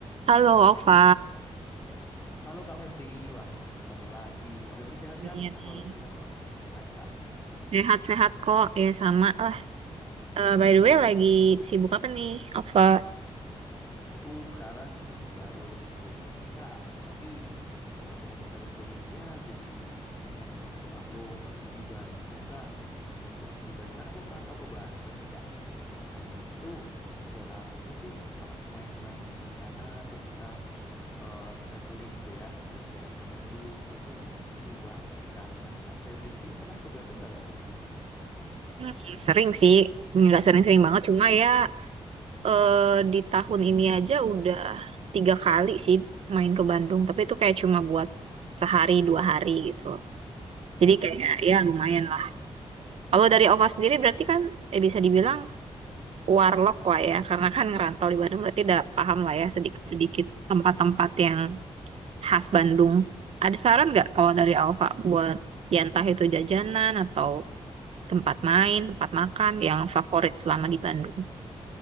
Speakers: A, on the right; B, on the left.
A: Halo Ova,
B: Halo Kak Febri, wah ketemu lagi. Kak Febri sehat
A: iya
B: kan? Aku
A: nih.
B: alhamdulillah kalau aku sehat Kak.
A: Sehat-sehat kok, ya sama lah. Eh, by the way, lagi sibuk apa nih, Ova?
B: Aku sekarang baru lulus kuliah nih Kak. Tapi kalau ngomongin lulus kuliah jadi inget waktu aku masih di Bandung Kak. Nah waktu aku di Bandung, kan aku ngerantau ke Bandung nih Kak. Nah itu buat aku sih kalau main-main di sana atau kita eh, traveling gitu ya, jalan-jalan ke Bandung gitu seru banget sih Kak. Nah Kak Febri sendiri pernah ke Bandung nggak Kak sebelumnya?
A: Hmm, sering sih, Hmm, nggak sering-sering banget, cuma ya eh, di tahun ini aja udah tiga kali sih main ke Bandung, tapi itu kayak cuma buat sehari dua hari gitu.
B: Wah,
A: Jadi kayak
B: sering
A: ya
B: juga
A: lumayan
B: ya.
A: lah.
B: Hmm.
A: Kalau dari Ova sendiri berarti kan eh, bisa dibilang warlock lah ya, karena kan ngerantau di Bandung berarti udah paham lah ya sedikit-sedikit tempat-tempat
B: <laughs>
A: yang khas Bandung. Ada saran
B: Oh,
A: nggak kalau dari Alfa buat ya entah itu jajanan atau tempat main, tempat makan yang favorit selama di Bandung?